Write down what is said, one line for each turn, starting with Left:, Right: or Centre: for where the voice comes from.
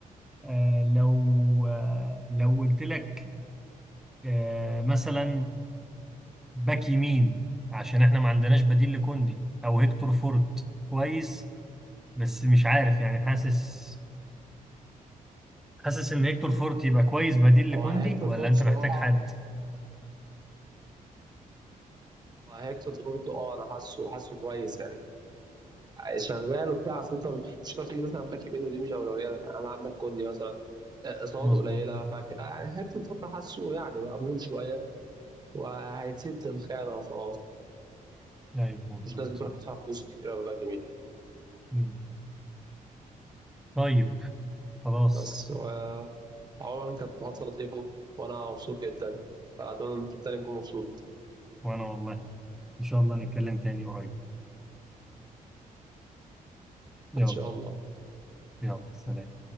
Centre: آه لو آه لو قلت لك آه مثلا باك يمين عشان احنا ما عندناش بديل لكوندي او هيكتور فورت كويس بس مش عارف يعني حاسس حاسس ان هيكتور فورت يبقى كويس بديل لكوندي
Right: هو هيكتور
Centre: ولا
Right: فورت
Centre: انت
Right: صراحة
Centre: محتاج حد
Right: هو هيكتور فورت اه انا حاسه حاسه كويس يعني شغال وبتاع اصل انت مش هتعرف تيجي مثلا باك يمين ودي مش اولوياتك يعني. انا عندك كوندي مثلا آه، اصاباته
Centre: مظبوط
Right: قليلة ف يعني هيكتور فورت حاسه يعني مقبول شوية وهيسد الخانة وخلاص
Centre: ايوه مظبوط
Right: مش لازم
Centre: صح
Right: تروح تدفع فلوس كتير قوي باك يمين
Centre: مم. طيب خلاص
Right: بس و عموما كانت محادثة لطيفة وانا مبسوط جدا فاتمنى ان انت التاني تكون مبسوط
Centre: وأنا والله إن شاء الله نتكلم تاني قريب يلا
Right: ان شاء الله
Centre: يلا سلام